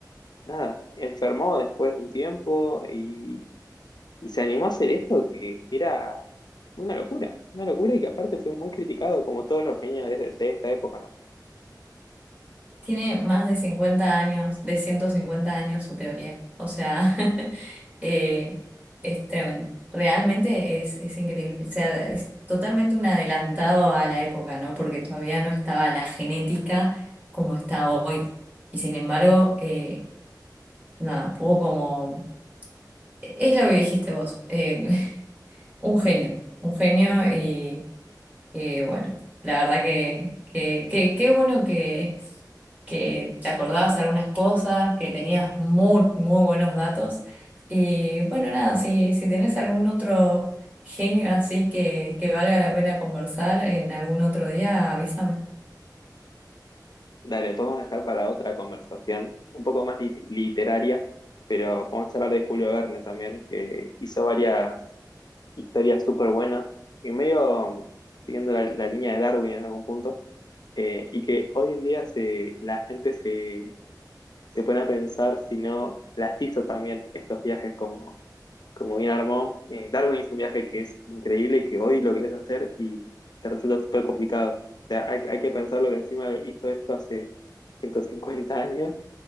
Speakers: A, on the left; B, on the right.
A: nada, enfermó después de un tiempo y, y se animó a hacer esto que era una locura, una locura y que aparte fue muy criticado como todos los genios de, de esta época. ¿no?
B: Tiene más de 50 años, de 150 años su teoría. O sea, <laughs> eh, es tremendo. Realmente es, es increíble. O sea, es totalmente un adelantado a la época, ¿no? Porque todavía no estaba la genética como está hoy. Y sin embargo, eh, nada, pudo como... e-, Es lo que dijiste vos, eh, <laughs> un genio, un genio eh, bueno, la verdad que, que, que- qué bueno que, que te acordabas algunas cosas, que tenías muy, muy buenos datos. Y bueno, nada, si, si tenés algún otro genio así que, que valga la pena conversar en algún otro día, avísame.
A: Dale, podemos dejar para otra conversación, un poco más lit- literaria, pero podemos hablar de Julio Verne también, que hizo varias historias súper buenas, y medio siguiendo la, la línea de Darwin en algún punto, eh, y que hoy en día se, la gente se, se pone a pensar si no las hizo también estos viajes como como bien armó. Eh, Darwin hizo un viaje que es increíble y que hoy lo querés hacer y te resulta súper complicado. O sea, hay, hay que pensar lo que encima hizo esto hace 150 años